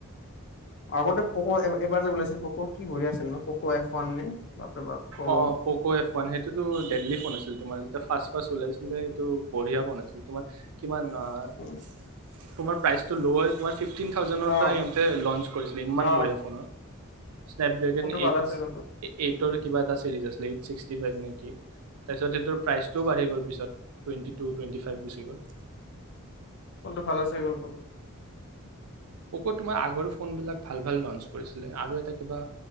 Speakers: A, on the left (about 50°); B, on the right (about 80°).
A: আগতে পক' এবাৰ যে ওলাইছিল পক' কি বঢ়িয়া আছিল ন পক এফ ওৱান নে বাপৰে বাপ ফোন
B: অ পক' এফ ওৱান সেইটোতো ডেলি ফোন আছিল তোমাৰ যেতিয়া ফাছ - ফাছ ওলাইছিলে এইটো বঢ়িয়া ফোন আছিল তোমাৰ কিমান ন
A: উম,
B: তোমাৰ প্ৰাইচটো লৈ' হৈ তোমাৰ ফিফটিন থাউজেৰ
A: অ
B: পৰা সিহঁতে লঞ্চ কৰিছিলে ইমান
A: অ
B: বঢ়িয়া ফোনত৷ স্নেপ ড্ৰোগন
A: ফোনটো
B: এইটছ
A: ভাল আছে কিন্তু
B: এইটৰ এইট কিবা এটা ছিৰিজ আছিলে এইট ছিক্সটি ফাইভ নেকি তাৰপিছত সেইটোৰ প্ৰাইচটোও বাঢ়ি গ'ল পিছত টুৱেণ্টি টু টুৱেণ্টি ফাইভ গুচি গ'ল৷
A: কোনটো ভাল আছে কোনটো
B: পকঅ তোমাৰ আগৰ ফোন বিলাক ভাল ভাল লঞ্চ কৰিছিলে আৰু এটা কিবা